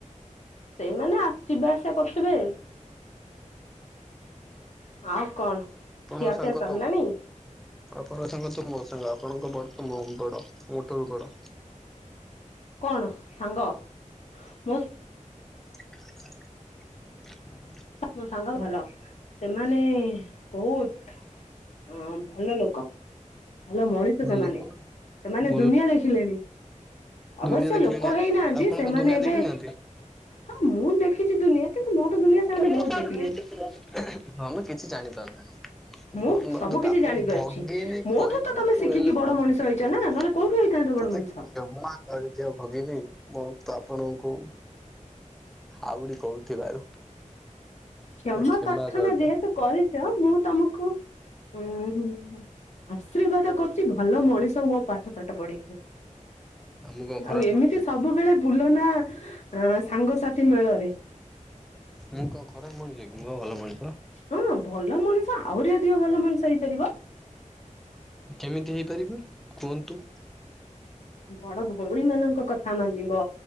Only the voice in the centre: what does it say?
ଆପଣ
ସାଙ୍ଗ
ତ ଆପଣ ସାଙ୍ଗ ତ ମୋ ସାଙ୍ଗ। ଆପଣଙ୍କ ବଡି ତ ବହୁତ୍ ବଡ଼, ମୋ ଠାରୁ ବଡ଼।
ହଁ
ଲୋକ ନା
ଭଲ
ଦୁନିଆ
ଦେଖିଲେଣି
ଆପଣଙ୍କ
ଦୁନିଆ
ଦେଖି ନାହାନ୍ତି
<unintelligible>
ତମେ
କିଛି ଜାଣିପାରୁନା। <unintelligible>
ଆପଣଙ୍କୁ
ଭଗିନୀ
କହିବାକୁ
ହେଲେ
ମତେ
କ୍ଷମା କରିଦିଅ ଭଗିନୀ। ମୁଁ ତ ଆପଣଙ୍କୁ ଆଉ ଗୋଟେ କହୁଥିବାରୁ
ମତେ କ୍ଷମା କରିଦିଅ।
ମୁଁ କଣ ଖରାପ
ମଣିଷ
ମୁଁ କଣ ଖରାପ ମଣିଷ କି ମୁଁ ପା ଭଲ ମଣିଷ।
କେମିତି ହେଇପାରିବ କୁହନ୍ତୁ?